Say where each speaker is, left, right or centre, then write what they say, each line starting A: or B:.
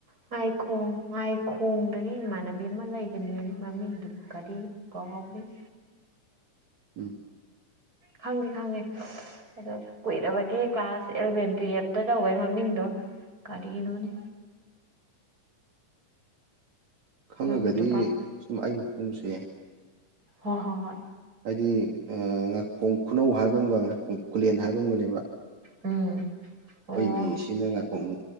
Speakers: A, on the right; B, on the right.
A: ꯉꯥꯏꯈꯣꯡ ꯉꯥꯏꯈꯣꯡꯗꯒꯤ ꯏꯃꯥꯟꯅꯕꯤ ꯑꯃ ꯂꯩꯒꯤꯝꯅꯤꯅꯦ ꯃꯃꯤꯡꯗꯨ ꯀꯔꯤ ꯀꯥꯎꯒ꯭ꯔ‌ꯦ
B: ꯎꯝ
A: ꯈꯪꯗꯤ ꯈꯪꯉꯦ ꯑꯗꯣ ꯀꯨꯏꯔꯕꯒꯦ ꯀ꯭ꯂꯥꯁ ꯑꯦꯂꯚꯦꯟ ꯇꯨꯌꯦꯜꯐꯇ ꯇꯧꯕꯋꯩ ꯃꯃꯤꯡꯗꯣ ꯀꯔꯤꯅꯣꯅꯦ
B: ꯈꯪꯉꯒꯗꯤ
A: ꯃꯃꯤꯡꯗꯣ ꯚꯥꯞ
B: ꯁꯨꯝ ꯑꯩꯅ ꯈꯪꯉꯨꯁꯨ ꯌꯥꯏ
A: ꯍꯣꯏ ꯍꯣꯏ ꯍꯣꯏ
B: ꯍꯥꯏꯗꯤ ꯉꯥꯏꯈꯣꯡ ꯈꯨꯅꯧ ꯍꯥꯏꯕ ꯑꯃꯒ ꯉꯥꯏꯈꯣꯡ ꯈꯨꯂꯦꯟ ꯍꯥꯏꯕ ꯑꯃꯒꯅꯦꯕ
A: ꯎꯝ
B: ꯑꯩꯈꯣꯏꯒꯤ
A: ꯑꯣ
B: ꯁꯤꯅ ꯉꯥꯀꯣꯡ